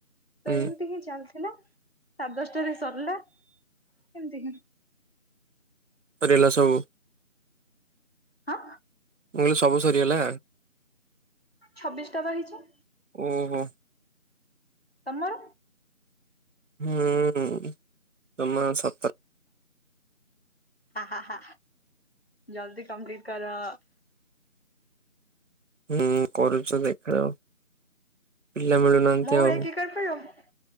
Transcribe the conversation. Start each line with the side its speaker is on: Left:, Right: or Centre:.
Left: ତ
Right: ହୁଁ
Left: ଏମିତି ହିଁ ଚାଲ ହେ ସାତେ ଦଶଟାରେ ସରିଲା ଏମିତି
Right: ଫରା ସବୁ।
Left: ହଁ!
Right: ଉଙ୍ଗ ଶଭ ସରିଲା
Left: ଛବିଶ ଟା ରହିଛି।
Right: ଓହୋ।
Left: ତମର?
Right: ହୁଁ ତମ ସତ
Left: ହ ଜଲଦି କମ୍ପ୍ଲିଟ କର।
Right: ହୁଁ କରୁଛ ଦେଖାଯାଉ। ପିଲା ମିଳୁନାହାନ୍ତି
Left: ମୋ ଭଳିଆ
Right: ଆଉ
Left: କିଏ କରିପାରିବ